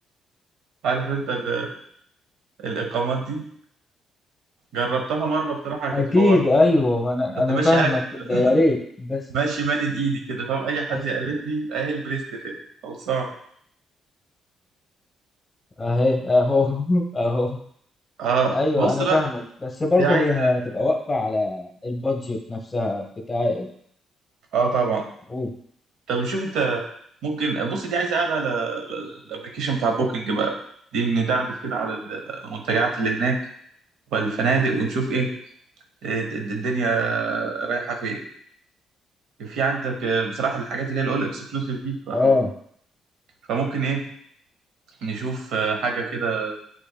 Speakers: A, on the right; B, on the left.
A: عارف انت ال... الاقامات دي جربتها مره بصراحه كانت
B: اكيد
A: حوار
B: ايوه انا
A: كنت
B: انا
A: ماشي
B: فاهمك
A: عارف انت
B: ده يا ريت بس
A: ماشي مادد ايدي كده فاهم اي حد
B: بس
A: يقابلني اهي البريسلت اهي خلصان
B: اهي اهو <laughs> اهو
A: اه
B: ايوه
A: بص
B: انا
A: بقى
B: فاهمك بس برضه
A: دي عايزه
B: هي هتبقى واقفه على البادجت نفسها بتاع
A: اه طبعا
B: قول
A: طب نشوف انت ممكن بص دي عايزه قاعده على الابلكيشن بتاع بوكينج بقى دي ندعبس كده على المنتجعات اللي هناك والفنادق ونشوف ايه الد- الد- الدنيا رايحه فين في عندك آه، بصراحه الحاجات اللي هي الاول اكسكلوسيف دي بتبقى
B: اه
A: حوار فممكن ايه نشوف آه، حاجه كده